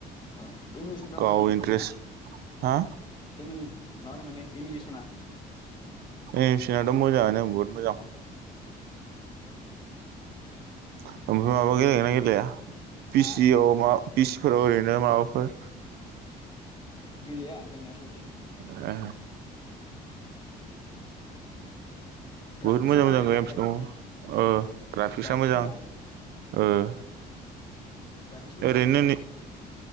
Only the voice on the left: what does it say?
ओ एनिमिसनफ्रा माबायदि
बेफोरना
एमि-मा होनो माने। एमिनेसना
उम
हा
गेलेया गेलेनायाथ इदि।
ग्राफिक्सआ
जायोना
ओमफ्रायो
ग्राफिक्सफोरा
ग्राफिक्स मोजां
मानो बिराद